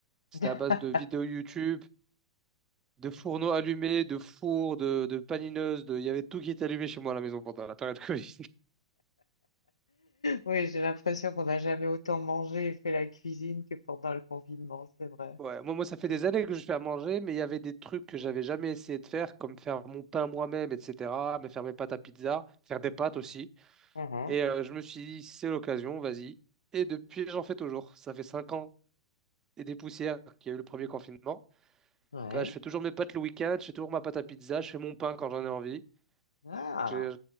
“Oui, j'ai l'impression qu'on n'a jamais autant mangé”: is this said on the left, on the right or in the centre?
Left